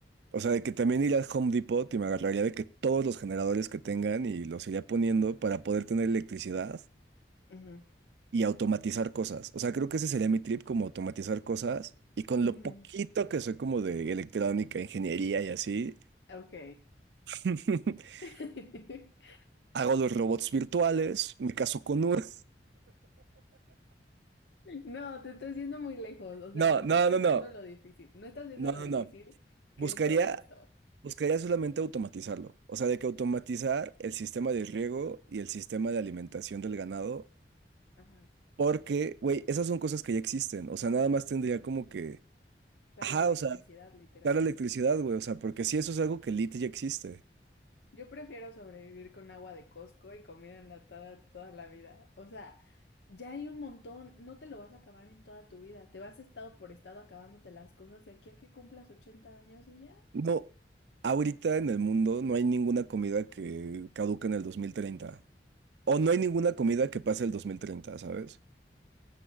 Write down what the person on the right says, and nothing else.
O sea, de que también iría al Home Depot y me agarraría de que todos los generadores que tengan y los iría poniendo para poder tener electricidad
y automatizar cosas. O sea, creo que ese sería mi trip, como automatizar cosas. Y con
lo poquito que soy como de electrónica, ingeniería y así,
<laughs>
hago los robots virtuales, me caso con uno. <laughs>
No,
no,
no, no.
No,
no,
no. Buscaría,
buscaría solamente automatizarlo. O sea, de que automatizar el sistema de riego y el sistema de alimentación del ganado
Porque, güey, esas son cosas que ya existen. O sea, nada más tendría como que.
Ajá,
o sea,
dar electricidad, güey. O sea, porque si eso es algo que lit ya existe.
No, ahorita en el mundo no hay ninguna comida que caduque en el 2030. O no hay ninguna comida que pase el 2030, ¿sabes?